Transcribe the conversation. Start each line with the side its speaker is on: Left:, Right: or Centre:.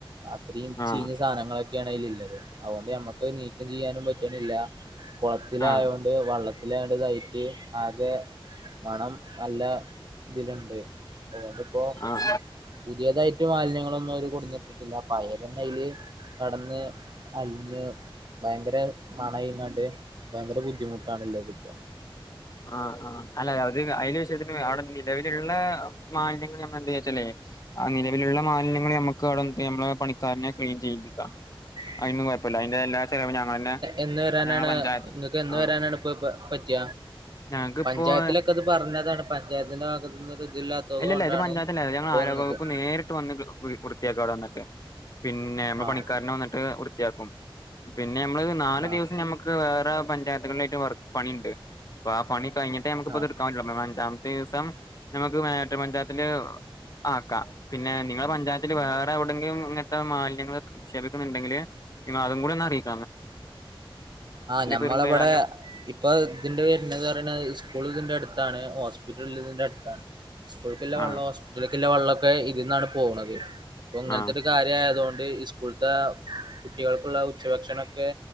Right: ഇത്രയും
Left: ആഹ്
Right: ചീഞ്ഞ സാധനങ്ങളൊക്കെയാണ് അതിൽ ഉള്ളത്. അതുകൊണ്ട് മ്മക്ക് നീക്കം ചെയ്യാനും പറ്റുന്നില്ല. കുളത്തിലായത്
Left: ആഹ്
Right: കൊണ്ട് വള്ളത്തി ലാണ്ടതായിട്ട് ആകെ മണം നല്ല ഇതിലുണ്ട്. അതോണ്ടിപ്പോ
Left: ആഹ്
Right: പുതിയതായിട്ട് മാലിന്യങ്ങളൊന്നും അവര് കൊട്ന്നിട്ടില്ല. അപയതന്നെ അതിൽ കടന്ന് അലിഞ്ഞ് ഭയങ്കര മണയിക്കാൻ ഭയങ്കര ബുദ്ധിമുട്ടാണല്ലോ ഇതിപ്പോ
Left: ആ ആ അല്ല അത് അതില് വിഷയത്തിന് അവിടെ നിലവിലുള്ള മാലിന്യങ്ങൾ നമ്മൾ എന്തയ്യാച്ചാലേ ആ നിലവിലുള്ള മാലിന്യങ്ങൾ നമ്മുക്ക് അവിടെ നമ്മളെ പണിക്കാരനെ ക്ലീൻ ചെയ്യിപ്പിക്ക.
Right: ഉ <unintelligible>
Left: അതിനൊന്നും കുഴപ്പില്ല അതിന്റെ എല്ലാ ചെലവും ഞൻതന്നെ
Right: എന്ന് വരാനാണ്
Left: ഞങ്ങള പഞ്ചായത്ത്
Right: നിങ്ങക്ക് എന്ന്
Left: ആഹ്
Right: വരാനാണ് ഇപ്പൊ പറ്റ്ക,
Left: ഞങ്ങക്കിപ്പോ
Right: പഞ്ചായത്തിലൊക്കെ അത് പറ പറഞ്ഞതാണ് പഞ്ചായത്തിന്റെ ഭാഗത്ത് നിന്ന് ഒരു ഇതില്ലാത്തത്
Left: ഇല്ല
Right: കൊണ്ടാണ്
Left: ഇല്ല ഇത് പഞ്ചായത്തിലല്ല, ഞങ്ങൾ
Right: ഇപ്പൊ
Left: ആരോഗ്യവകുപ്പ്
Right: നിങ്ങക്ക്
Left: നേരിട്ട് വന്ന് വൃത്തിയാക്ക അവിടെ വന്നിട്ട് പിന്നെ നമ്മൾ
Right: ആഹ്
Left: പണിക്കാരനെ വന്നിട്ട് വൃത്തിയാക്കും, പിന്നെ നമ്മള് നാല്
Right: ആഹ്
Left: ദിവസം ഞമ്മക്ക് വേറെ പഞ്ചായത്തുകളിലായിട്ട് വർക്ക് പണിയുണ്ട്. ആ പണി കഴിഞ്ഞിട്ട് നമുക്കത്
Right: ആഹ്
Left: എടുക്കാൻ പറ്റുള്ളൂ, അഞ്ചാമത്തെ ദിവസം ഞമ്മക്ക് <inaudible> പഞ്ചായത്തില് ആക്കാ, പിന്നെ നിങ്ങള പഞ്ചായത്ത് ഞ്ചായത്തിൽ വേറെ എവിടെയങ്കിലുംഇങ്ങനത്തെ മാലിന്യങ്ങൾ നിക്ഷപിക്കുന്നുണ്ടെങ്കിൽ അതും കൂടി അറിയിക്കി.
Right: ആ ഞമ്മളവിടെ
Left: വരുമ്പോ ഏതായാലും
Right: ഇപ്പൊ ഇതിന്റെ വരുന്നത്പറിണേ സ്കൂൾ അടുത്താണ് ഹോസ്പിറ്റലിന്റെ അടുത്താണ്. സ്കൂളിലേക്കുള്ള
Left: ആ
Right: വെള്ളോം ഹോസ്പിറ്റൽക്കുള്ള വെള്ളോം ക്കെ ഇതിൽന്നാണ് പോവുന്നത്. അപ്പൊ ഇങ്ങനത്തെ
Left: ആ
Right: ഒരു കാര്യായതുകൊണ്ട് ഈ സ്കൂൾത്തെ കുട്ടികൾക്കുള്ള ഉച്ചഭക്ഷണമൊക്കെ